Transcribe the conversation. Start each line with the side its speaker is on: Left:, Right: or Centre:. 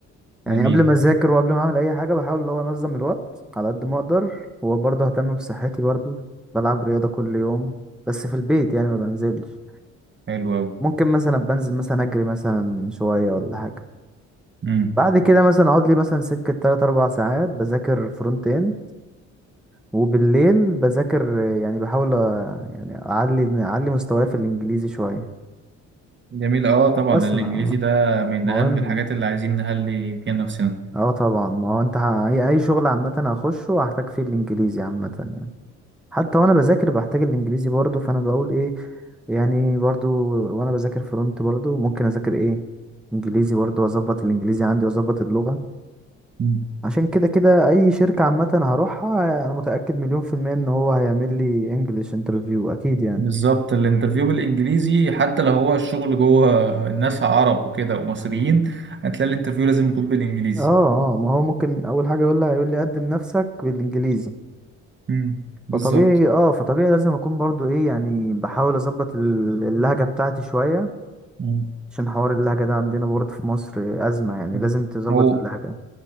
Centre: يعني
Right: جميل
Centre: قبل ما اذاكر وقبل ما اعمل اي حاجه بحاول اللي هو انظم الوقت على قد ما اقدر وبرضه اهتم بصحتي برضه بلعب رياضه كل يوم بس في البيت يعني ما بنزلش
Right: حلو أوي
Centre: ممكن مثلا بنزل مثلا اجري مثلا شويه ولا حاجه
Right: امم
Centre: بعد كده مثلا اقعد لي مثلا سكه 3 4 ساعات بذاكر فرونت اند وبالليل بذاكر يعني بحاول أ- يعني اعلي اعلي مستواي في الانجليزي شويه
Right: جميل اه طبعا
Centre: بسمع
Right: الانجليزي ده من
Centre: مهم
Right: اهم الحاجات اللي عايزين نهلي فيها نفسنا
Centre: اه طبعا ما هو انت ه- اي أي شغل عامه هخشه هحتاج فيه الانجليزي عامه يعني حتى وانا بذاكر بحتاج الانجليزي برضو فانا بقول ايه يعني برضو وانا بذاكر فرونت برضو ممكن اذاكر ايه انجليزي برضو واظبط الانجليزي عندي واظبط اللغة
Right: مم.
Centre: عشان كده كده اي شركة عامة هروحها انا متأكد مليون في المية ان هو هيعمل لي انجليش انترفيو اكيد يعني
Right: بالظبط الانترفيو بالانجليزي حتى لو هو الشغل جوه الناس عرب وكده ومصريين هتلاقي الانترفيو لازم يكون بالانجليزي
Centre: اه اه ما هو ممكن اول حاجة يقول لها يقول لي قدم نفسك بالانجليزي
Right: امم بالظبط
Centre: فطبيعي اه فطبيعي لازم اكون برضو ايه يعني بحاول اظبط ال- اللهجة بتاعتي شوية
Right: مم.
Centre: عشان حوار اللهجة ده عندنا برضو في مصر أزمة يعني
Right: مم.
Centre: لازم تظبط
Right: هو
Centre: اللهجة